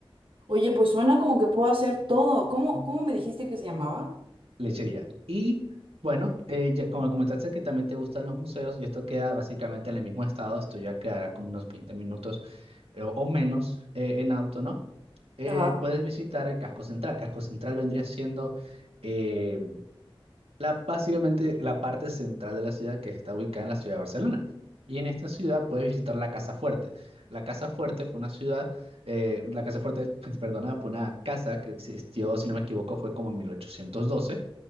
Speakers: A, on the right; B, on the right.
A: Oye, pues suena como que puedo hacer todo. ¿Cómo, cómo me dijiste que se llamaba?
B: Lechería. Y bueno, eh, ya- como comentaste que también te gustan los museos, y esto queda básicamente en el mismo estado, esto ya quedará como unos 20 minutos eh, o o menos eh, en auto, ¿no? Eh,
A: Ajá,
B: puedes visitar el casco central. Casco central vendría siendo eh, la, básicamente la parte central de la ciudad que está ubicada en la ciudad de Barcelona. Y en esta ciudad puedes visitar la Casa Fuerte. La Casa Fuerte fue una ciudad, eh, la Casa Fuerte, <laughs> perdona, fue una casa que existió, si no me equivoco, fue como en 1812